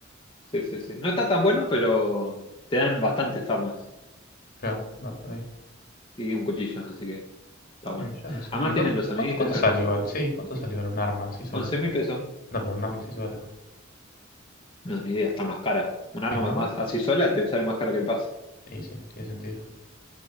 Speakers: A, on the left (about 25°); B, on the left (about 45°).
A: sí, sí, sí. No está tan bueno, pero te dan bastantes armas
B: Claro, va por ahí.
A: y un cuchillo, así que está bueno.
B: Y yo no sé.
A: Además
B: ¿Y cuánto,
A: tienen los soniditos,
B: cuánto, cuánto
A: y esa
B: sale
A: cosa.
B: igual? Sí, ¿cuánto sale igual un arma así sola?
A: 11 mil pesos.
B: No, pero un arma así sola.
A: No, ni idea, está más cara. Un
B: Sí,
A: arma
B: ¿no?
A: más así sola te sale más caro que el pase.
B: Sí, sí, tiene sentido.